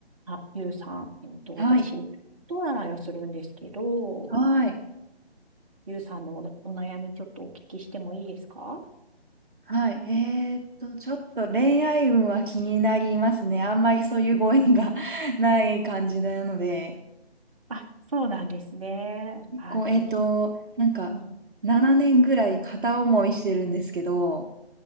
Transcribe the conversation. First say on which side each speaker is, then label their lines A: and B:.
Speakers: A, on the right; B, on the right.
A: あ、ゆうさん、えっと、
B: はい。
A: 私、人占いをするんですけど、
B: はい。
A: ゆうさんのお、お悩みちょっとお聞きしてもいいですか
B: はい。えーっと、ちょっと恋愛運は気になりますね。あんまりそういうご縁が <laughs> ない感じなので。
A: あ、そうなんですね。
B: 結構、
A: あ、ぜひ。
B: えーっと、なんか、
A: うん、あ
B: 7年ぐらい片思いしてるんですけど、